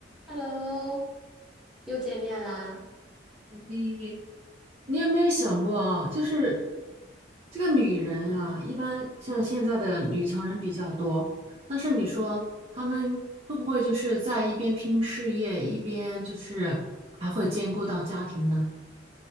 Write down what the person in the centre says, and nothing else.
Hello，又见面啦！